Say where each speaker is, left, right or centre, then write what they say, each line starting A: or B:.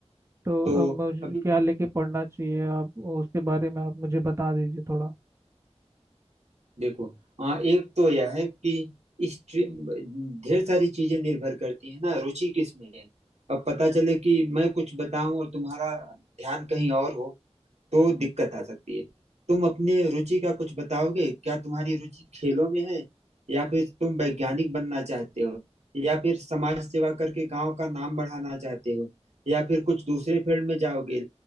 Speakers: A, on the right; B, on the right.
A: तो
B: तो
A: अब मुझे
B: अभी
A: क्या लेके पढ़ना चाहिए आप उसके बारे में आप मुझे बता दीजिए थोड़ा
B: देखो हाँ एक तो यह है कि स्ट्रीम ढेर सारी चीजें निर्भर करती है ना रुचि किस में है अब पता चले कि मैं कुछ बताऊं और तुम्हारा ध्यान कहीं और हो तो दिक्कत आ सकती है तुम अपनी रुचि का कुछ बताओगे क्या तुम्हारी रुचि खेलों में है या फिर तुम वैज्ञानिक बनना चाहते हो या फिर समाज सेवा करके गांव का नाम बढ़ाना चाहते हो या फिर कुछ दूसरे फील्ड में जाओगे